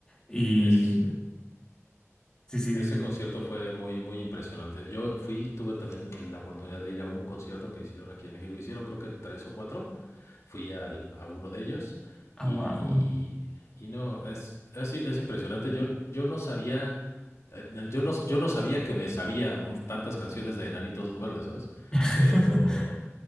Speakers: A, on the left; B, on the left.
A: Y
B: Es,
A: sí, sí,
B: Ese
A: dime, dime.
B: concierto fue muy, muy impresionante. Yo fui, tuve también la oportunidad de ir a un concierto que hicieron aquí en México. Hicieron creo que tres o cuatro. Fui al- a uno de ellos y,
A: Ah, wow.
B: y no, es, es, es impresionante. Yo, yo no sabía, eh, yo no, yo no sabía que me sabía tantas canciones de Enanitos Verdes, ¿sabes?
A: <laughs>
B: Pero